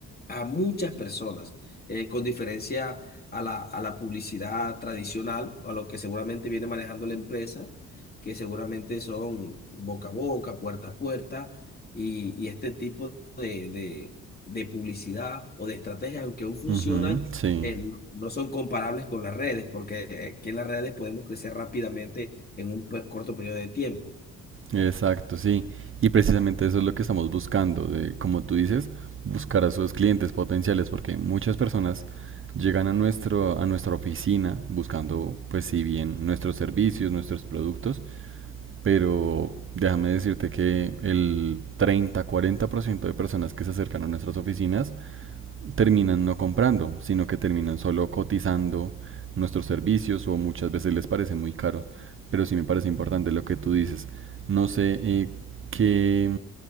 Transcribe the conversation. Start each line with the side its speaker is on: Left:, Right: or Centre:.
Left: a muchas personas, eh, con diferencia a la, a la publicidad tradicional, a lo que seguramente viene manejando la empresa, que seguramente son boca a boca, puerta a puerta, y, y este tipo de, de- de publicidad o de estrategias, aunque aún funcionan,
Right: ujú, sí.
Left: eh, no no son comparables con las redes, porque aquí en las redes podemos crecer rápidamente en un pe- corto periodo de tiempo.
Right: Exacto, sí. Y precisamente eso es lo que estamos buscando, de, como tú dices, buscar a sus clientes potenciales, porque muchas personas llegan a nuestro, a nuestra oficina buscando, pues si bien nuestros servicios, nuestros productos, pero déjame decirte que el treinta, cuarenta por ciento de personas que se acercan a nuestras oficinas terminan no comprando, sino que terminan solo cotizando nuestros servicios o muchas veces les parece muy caro. Pero sí me parece importante lo que tú dices. No sé eh, qué,